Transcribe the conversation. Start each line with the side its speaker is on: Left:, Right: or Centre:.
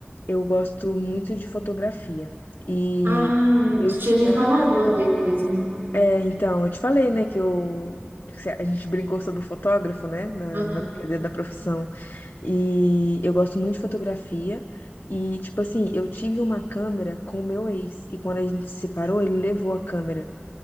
Left: Eu gosto muito de fotografia. E
Right: Ah, é,
Left: eu
Right: tu tinha
Left: tinha.
Right: me falado uma vez mesmo.
Left: é, então, eu te falei, né, que eu. que A gente brincou sobre o fotógrafo, né, na,
Right: Aham.
Left: na brincadeira da profissão. E eu gosto muito de fotografia. E, tipo assim, eu tive uma câmera com o meu ex. E quando a gente se separou, ele levou a câmera.